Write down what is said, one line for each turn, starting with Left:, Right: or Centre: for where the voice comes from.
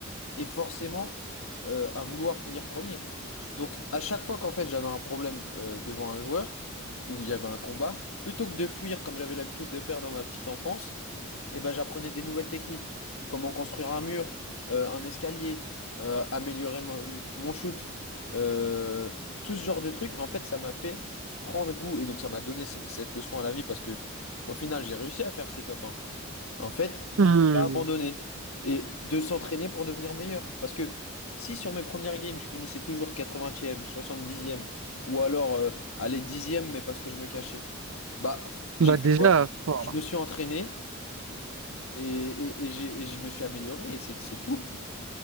Left: et forcément euh, à vouloir finir premier. Donc à chaque fois qu'en fait j'avais un problème euh, devant un joueur ou il y avait un combat, plutôt que de fuir comme j'avais l'habitude de faire dans ma petite enfance, eh ben j'apprenais des nouvelles techniques, comment construire un mur, euh, un escalier, euh, améliorer mon, mon shoot, euh, tout ce genre de trucs. En fait, ça m'a fait prendre goût et donc ça m'a donné c- cette leçon à la vie parce que au final j'ai réussi à faire ces top 1. En fait,
Right: Hmm.
Left: ne pas abandonner. Et de s'entraîner pour devenir meilleur. Parce que si sur mes premières games, je finissais toujours 80e, 70e, ou alors euh, aller 10e, mais parce que je me cachais, bah j'ai
Right: Bah
Left: fait
Right: déjà,
Left: quoi?
Right: pff,
Left: Je me suis entraîné et, et, et j'ai- et je me suis amélioré et c'est c'est tout.